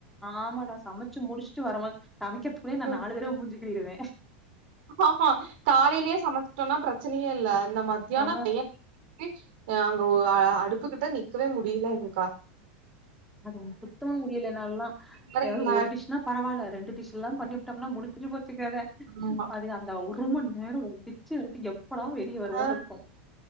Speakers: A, in the centre; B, on the right.
A: ஆமாடா சமைச்சு முடிச்சுட்டு வரமோத் சமைக்கிறதுக்குள்ளயே நா
B: ம்
A: நாலு தடவ மூஞ்சுக்கழுவிடுவே
B: ஆமா காலையிலே சமைச்சிட்டோன்னா பிரச்சனயே இல்ல இந்த மதியானோ
A: ஆ
B: வெ யில் அ அங்க ஒ அடுப்புகிட்ட நிக்கவே முடியலங்கா
A: அதுவு சுத்தமா முடியல என்னால்லா
B: கடன்னு
A: ஏதாவது
B: எல்லா
A: ஒரு
B: வேலையு
A: டிஷ் னா பரவால ரெண்டு டிஷ்லா பண்ணிபுட்டோம்னா முடிஞ்சு போச்சு கத
B: ஆமா
A: அது அந்த ஒரு மண் நேரோ கிச்சன உட்டு எப்போடா வெளிய வருவோன்னு
B: ஆ
A: இருக்கு